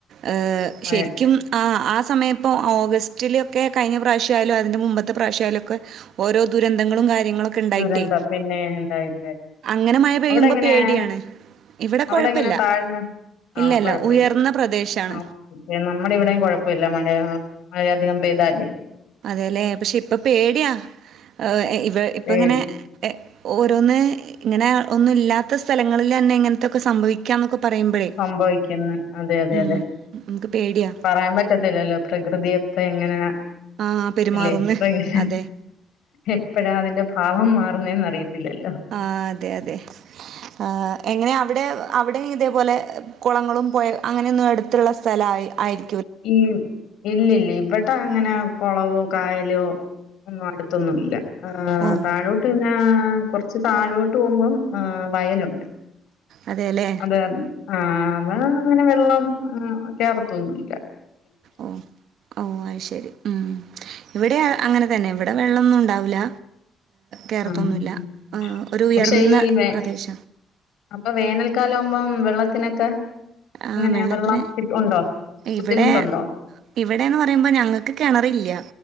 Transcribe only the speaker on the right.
ങ്
ശരിക്കും ആ ആ സമയപ്പോ ഓഗസ്റ്റിലൊക്കെ കഴിഞ്ഞ പ്രാവശ്യ ആയാലും അതിൻറെ മുമ്പത്തെ പ്രാവ്യആയാലുംഒക്കെ ഓരോ ദുരന്തങ്ങളും കാര്യ ര്യങ്ങളൊക്കെ ഉണ്ടായിട്ടേ
അങ്ങനെ മഴ പെയ്യുമ്പോ
പേടിയാണ്. ഇവിടെ
കൊഴപ്പല്ല.
ഇല്ല
ഇല്ല ഉയർന്ന പ്രദേശാണ്.
അതെല്ലെ പക്ഷെ ഇപ്പ പേടിയാ ങ് ഇവ ഇപ്പ
ഇങ്ങനെ ങ് ഓരോന്ന് ഇങ്ങനെ ഒന്നും ഇല്ലാത്ത സ്ഥലങ്ങളിലന്നെ ഇങ്ങനത്തെക്കെ സംഭവിക്കാന്നൊക്കെ പറയുമ്പഴേ
ഉം
നമുക്ക് പേടിയാ.
ആഹ് പെരുമാറുന്ന്
അതെ
ആ അതെ അതെ ങ് എങ്ങനെ അവിടെ അവിടെ ഇതേപോലെ. കുളങ്ങളും പുഴ അങ്ങനെയൊന്നും എടുത്തുള്ള സ്ഥലയി ആയിരി
ഉം
അതെല്ലേ.
ഓ ഓ അ ശരി ഉം. ഇവിടെ അങ്ങനെ തന്നെ ഇവിടെ വെള്ളന്നും ഉണ്ടാവൂല്ല. കേറത്തൊന്നുല്ല
ഒരു ഉയർന്ന
പ്രദേശ
ആഹ്
വെള്ളത്തിന്
ഇവിടെ ഇവിടെന്ന് പറയുമ്പോ ഞങ്ങൾക്ക് കെണറില്ല.